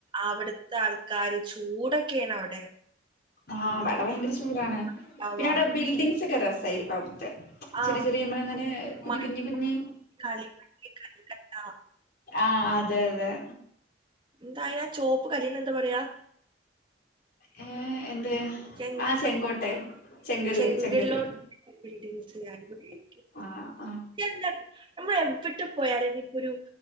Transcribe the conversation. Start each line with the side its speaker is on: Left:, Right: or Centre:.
Right: അവ്ടുത്തെ ആൾക്കാര് ചൂടെക്കേണവിടെ
Left: ആ മടെ ഭയങ്കര ചൂടാണ്
Right: ഉണ്ടാവാം
Left: പിന്നെ അവിടെ ബിൽഡിങ് ച്ചക്ക രസായ് പ്പവ്ട്തെ
Right: ആ
Left: ചെറിയ ചെറിയ മ്മള അങ്ങനെ കുഞ്ഞി
Right: മടി
Left: കുഞ്ഞി കുഞ്ഞി
Right: കളിമണ്ണ് കൽക്കട്ട
Left: ആ അതെ അതെ
Right: എന്താ അയിനാ ചോപ്പ് കല്ലിന് എന്താ പറയാ
Left: ഏഹ് എന്ത്
Right: ചെങ്കല്ല്
Left: ആഹ് ചെങ്കോട്ടെ ചെങ്കല്ല്
Right: ചെങ്കല്ലൂർ
Left: ചെങ്കല്ല്
Right: ബിൽഡിംഗ്സ് ഞാനിപ്പോ കേൾക്ക
Left: ആഹ് ആഹ്
Right: <unintelligible> നമ്മ എവ്വിടെ പോയാലും നിപ്പൊരു